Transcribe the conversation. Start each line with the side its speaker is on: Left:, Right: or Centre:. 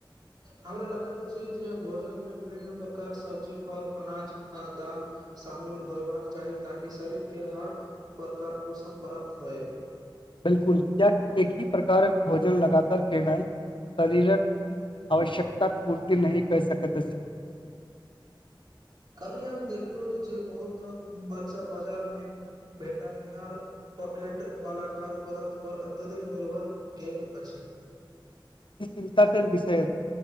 Right: हमरा लागत अछी जे भोजन में विभिन्न प्रकार सब्जी फल अनाज दाल शामिल होयबाक चाही ताकि शरीरके हर प्रकार पोषण करत ह
Left: बिलकुल कियाक एक ही प्रकार भोजन लगातार खेनाइ शरीरक आवश्यकता पूर्ति नहि कअ सकत अछि
Right: कहली हम देखलु जे बहुत बच्चा बाजार मे भेटनिहार पॉकेटवाला खाद्य पदार्थ पर अत्यधिक निर्भर भेल अछि
Left: इ चिन्ताके विषय यै